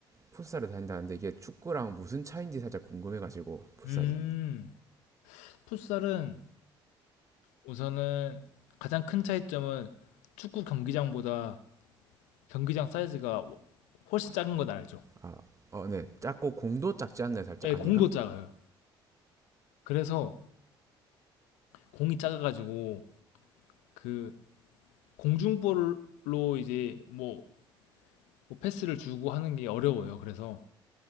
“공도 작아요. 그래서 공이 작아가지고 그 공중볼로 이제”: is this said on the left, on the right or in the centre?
Left